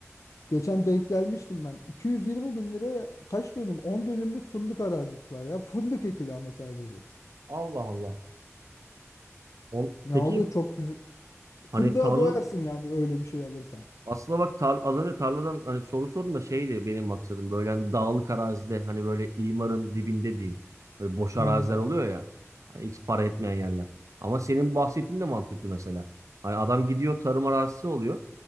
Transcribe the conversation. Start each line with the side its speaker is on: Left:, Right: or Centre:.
Left: Geçen denk gelmiştim ben. 220 bin liraya kaç dönüm? 10 dönümlük fındık arazisi var ya. Fındık ekili ama sadece.
Right: Allah Allah. On,
Left: Ya
Right: peki
Left: o da çok güzel. Fındığa
Right: hani tarla
Left: doyarsın yani öyle bir şey alırsan.
Right: Aslında bak tar- az önce tarladan hani soru sordum da şeydi benim maksadım böyle hani dağlık arazide hani böyle imarın dibinde diyeyim. Böyle boş araziler
Left: Hmm,
Right: oluyor ya. Hani hiç para etmeyen yerler. Ama senin bahsettiğin de mantıklı mesela. Hani adam gidiyor tarım arazisi oluyor.